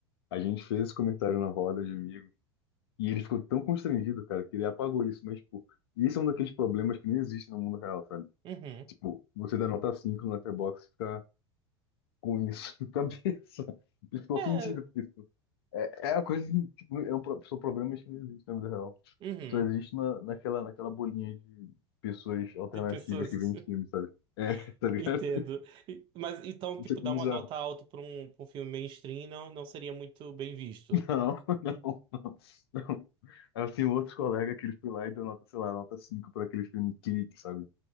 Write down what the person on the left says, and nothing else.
A gente fez esse comentário na roda de amigo e ele ficou tão constrangido, cara, que ele apagou isso. Mas, tipo, isso é um daqueles problemas que não existe no mundo real, sabe?
Tipo, você dá nota 5 no letterbox, fica com isso na cabeça. Eu fico
ofendido, porque tipo, é, é a coisa, que, tipo, é um, pro- são problemas que não existem na vida real.
Só existe na, naquela, naquela bolinha de pessoas alternativas
que vêm em filme, sabe? É,
<laughs> tá ligado?
Isso
é bizarro.
<laughs> Não, não, não, não. É assim, outros colegas que eles foi lá e deu nota, sei lá, nota 5 para aquele filme Clique, sabe?